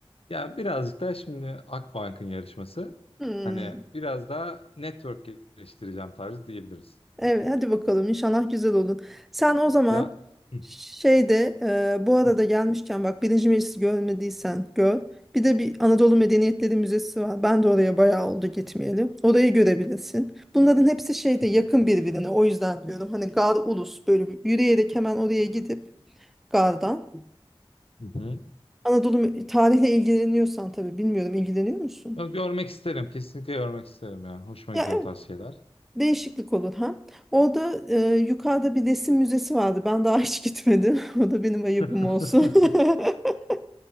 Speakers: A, on the left; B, in the centre.
A: ya birazcık da şimdi Akbank'ın yarışması.
B: Hı.
A: Hani biraz daha network geliştireceğim tarzı diyebiliriz.
B: Evet, hadi bakalım inşallah güzel olun. Sen o zaman
A: Ya Hı,
B: şeyde e, bu arada
A: hı,
B: gelmişken bak Birinci Meclisi görmediysen gör. Bir de bir Anadolu Medeniyetleri Müzesi var. Ben de oraya bayağı oldu gitmeyeli. Orayı görebilirsin. Bunların hepsi şeyde
A: hı,
B: yakın birbirine. O yüzden diyorum hani Gar Ulus böyle bir yürüyerek hemen oraya gidip Gar'dan.
A: hı, hı.
B: Anadolu me- tarihle ilgileniyorsan tabii bilmiyorum ilgileniyor musun?
A: Ya Görmek isterim. Kesinlikle görmek isterim ya. Hoşuma
B: Ya
A: gidiyor o tarz şeyler.
B: Değişiklik olur ha. Orada e, yukarıda bir resim müzesi vardı. Ben daha hiç gitmedim. <laughs> O da benim ayıbım
A: <laughs>
B: olsun. <laughs>